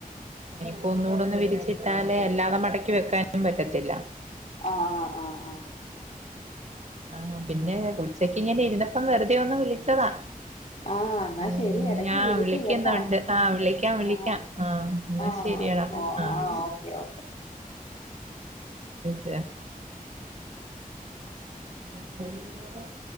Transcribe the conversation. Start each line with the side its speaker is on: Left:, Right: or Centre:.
Right: ഇപ്പോ ഒന്നുകൂടെ ഒന്ന് വിരിച്ചിട്ടാലേ അല്ലാതെ മടക്കി വെക്കാനും പറ്റത്തില്ല
Left: ആഹ് ആഹ് ആഹ് ആഹ്
Right: ആഹ് പിന്നെ ഉച്ചക്ക് ഇങ്ങനെ ഇരുന്നപ്പം വെറുതെ ഒന്ന് വിളിച്ചതാ
Left: ആ എന്നാ
Right: ഉം
Left: ശരി എടക്ക്
Right: ഞാൻ
Left: വിളിക്ക്
Right: വിളിക്കുന്നുണ്ട്
Left: കേട്ടോ
Right: ആഹ് വിളിക്കാം വിളിക്കാം
Left: ആ
Right: ആഹ് ന്നാ
Left: ആ
Right: ശരിയാടാ
Left: ഓ
Right: ആഹ്
Left: ആ ഓക്കെ ഓക്കെ
Right: ശരി <unintelligible>